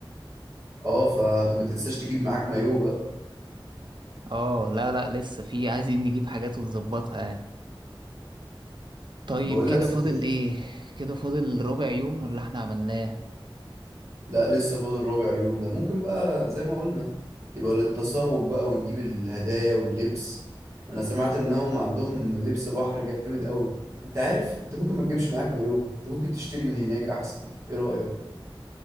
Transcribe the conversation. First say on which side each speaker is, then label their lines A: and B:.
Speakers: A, on the right; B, on the right.
A: اه ف... فما تنساش تجيب معاك مايو بقى
B: اه لا لا لسه في عايزين نجيب حاجات ونظبطها يعني طيب
A: بقول
B: كده
A: لك صحيح
B: فاضل ايه؟ كده فاضل ربع يوم ولا احنا عملناه؟
A: لا لسه فاضل ربع يوم ده ممكن بقى زي ما قلنا يبقى للتسوق بقى ونجيب الهدايا واللبس انا سمعت انهم عندهم لبس بحر جامد قوي انت عارف انت ممكن ما تجيبش معاك مايو انت ممكن تشتري من هناك احسن ايه رأيك